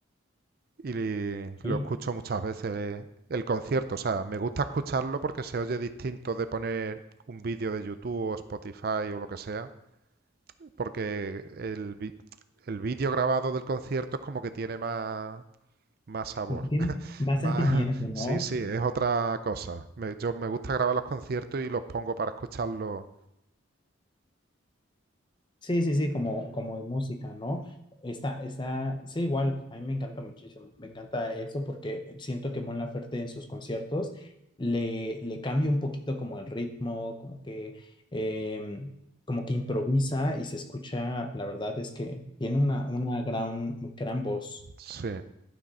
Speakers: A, on the right; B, on the left.
A: Y le-
B: Ok.
A: lo escucho muchas veces el concierto. O sea, me gusta escucharlo porque se oye distinto de poner un vídeo de YouTube o Spotify o lo que sea. Porque el, vi- el vídeo grabado del concierto es como que tiene más, más sabor.
B: como que tiene
A: <laughs>
B: más
A: Más,
B: sentimiento, ¿no?
A: sí, sí, es otra cosa. Me- yo me gusta grabar los conciertos y los pongo para escucharlos.
B: Sí, sí, sí, como, como de música, ¿no? Está, está, sí, igual, a mí me encanta muchísimo, me encanta eso porque siento que Mon Laferte en sus conciertos le, le cambia un poquito como el ritmo, como que, eh, como que improvisa y se escucha, la verdad es que tiene una, una gran, gran voz,
A: Sí,